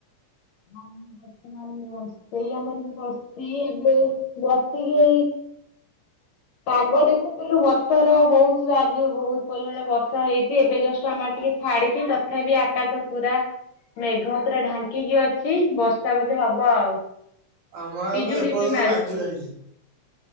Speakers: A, on the left (about 70°); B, on the right (about 80°).
A: ଆମ ବର୍ତ୍ତମାନ ରୋସେଇ ଆମର <unintelligible> ବସିକି ପାଗ ଦେଖୁଥିଲୁ ବର୍ଷାର ବହୁତ ଆଜି, ବହୁତ ପରିମାଣ ବର୍ଷା ହେଇଛି, ଏବେ ଜଷ୍ଟ ଆମ ଆଡେ ଟିକେ ଛାଡିଛି, ତଥାପି ଆକାଶ ପୁରା ମେଘ ପୁରା ଢାଙ୍କିକି ଅଛି, ବର୍ଷା ବୋଧେ ହବ ଆଉ।
B: ଆମ ଆଡେ
A: ପିଜୁଳି
B: ତ ଏ ପର୍ଯ୍ୟନ୍ତ
A: ବି ମାରୁଛି।
B: ଲାଗି ରହିଛି।